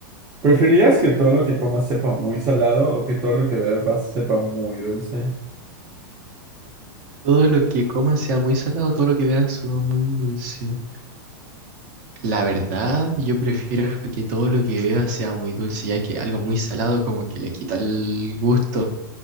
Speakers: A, on the right; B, on the right.
A: ¿Preferirías que todo lo que comas sepa muy salado o que todo lo que bebas sepa muy dulce?
B: Todo lo que comas sea muy salado, todo lo que veas sea muy dulce. La verdad, yo prefiero que todo lo que vea sea muy dulce, ya que algo muy salado como que le quita el gusto.